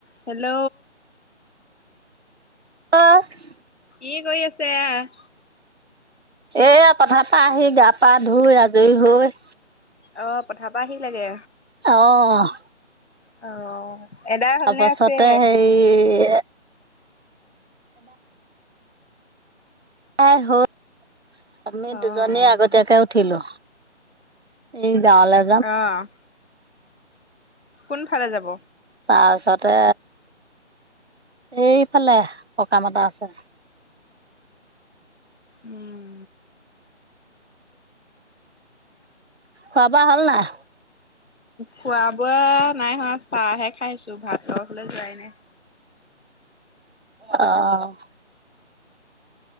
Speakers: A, on the left; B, on the right.
A: Hello.
B: অ'।
A: কি কৰি আছে আ?
B: এইয়া পথাৰপা আহি গা-পা ধুই, আজৰি হৈ
A: অ', পথাৰ পৰা আহিলেগে?
B: অ'।
A: অ'। এদাই হ'লনে
B: তাৰপাছতে
A: আছে?
B: হেৰি খাই <unintelligible> আমি
A: আহ
B: দুজনী আগতীয়াকে উঠিলোঁ। এই জাল আ
A: অ'। কোনফালে যাব?
B: তাৰপিছতে, এইফালে সকাম এটা আছে।
A: উম।
B: খোৱা-বোৱা হ'ল নাই?
A: খোৱা-বোৱা নাই হোৱা। চাহহে খাইছোঁ, ভাতৰ ফালে যোৱাই নাই।
B: অ'।